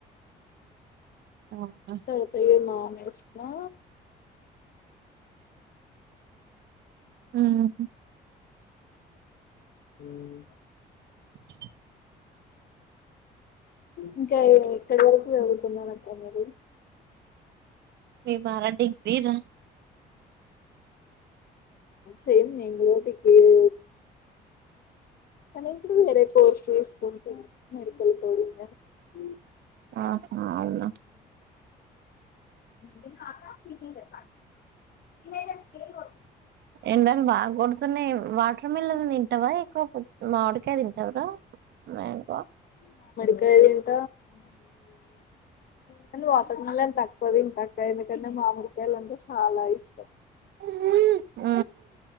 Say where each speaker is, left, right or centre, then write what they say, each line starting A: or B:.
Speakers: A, on the right (about 65°); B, on the left (about 55°).
A: అవునా
B: తర్వాత యే మానేసిన్నా
A: ఉమ్
B: ఉమ్
A: <unintelligible>
B: ఇంకా ఎక్కడి వరకు చదువుకున్నారు అక్క మీరు
A: మేమారా డిగ్రీ రా
B: సేమ్ నేను గూడ డిగ్రీ యే కానీ ఇప్పుడు వేరే కోర్స్ తీసుకుంటున్నా మెడికల్ కోడింగ్ ల
A: ఆహా అన్నా
B: తిన్నవా అక్కా స్లీపింగ్ జెప్పాలే <unintelligible>
A: ఎండలు బాగా కొడుతున్నాయి వాటర్ మిలాన్ తింటావా ఎక్కువ మామిడికాయ తింటావురా మ్యాంగో
B: <unintelligible> తింట కాని వాటర్ మిలాన్ తక్కువ దింట అక్ క్లాయ్ మేటన్నా మామిడికాయలు అంటే చాలా ఇష్టం
A: <unintelligible>